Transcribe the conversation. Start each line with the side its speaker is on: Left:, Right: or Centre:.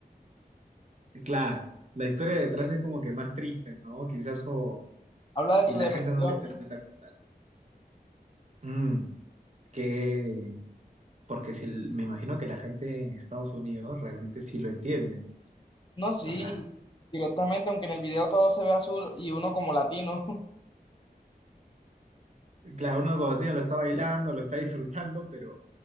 Right: claro. La historia detrás es como que más triste, ¿no? Quizás o...
Left: habla de
Right: y
Left: su
Right: la
Left: depresión.
Right: gente no lo interpreta como tal. Mm. que, porque si, me imagino que la gente en Estados Unidos realmente sí lo entiende.
Left: No, sí,
Right: O sea,
Left: directamente, aunque en el video todo se ve azul y uno como latino. <laughs>
Right: claro, uno como tiene lo está bailando, lo está disfrutando, pero